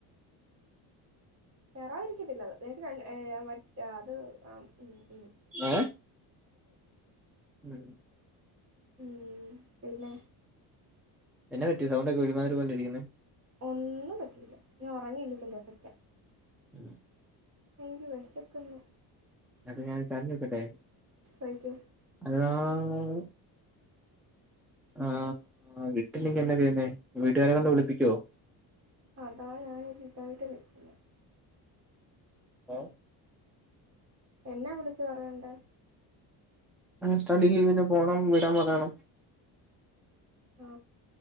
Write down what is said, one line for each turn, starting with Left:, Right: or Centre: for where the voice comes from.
Right: കേറാതിരിക്കത്തില്ല അത് ഏഴ് ര ഏഴാ മറ്റാ അത് ആം ഉം
Centre: ഏ ഉം
Right: ഉം പിന്നെ
Centre: എന്ന പറ്റി സൗണ്ട് ഒക്കെ ഒരുമാതിരി പോലെ ഇരിക്കുന്നേ
Right: ഒന്നും പറ്റില്ല ഞാൻ ഉറങ്ങി എണിച്ചൻ്റെ എന്റെ എഫക്റ്റ
Centre: ഉം
Right: എനിക്ക് വെശക്കുന്നു
Centre: അത് ഞാൻ ഒരു കാര്യം ചോദിക്കട്ടെ
Right: ചോദിക്ക്
Centre: അതാ ഉം ആഹ് വിട്ടില്ലെങ്ക എന്നാ ചെയ്യുന്നേ വീട്ടുകാരെ കൊണ്ട് വിളിപ്പിക്കുവോ
Right: അതാ ഞാനൊരി ഇതായിട്ട് വെക്കുന്നത്
Centre: ഏഹ്
Right: എന്നാ വിളിച്ചു പറയണ്ടേ
Centre: അ സ്റ്റഡി ലീവിന് പോണം വിടാൻ പറയണം.
Right: ആ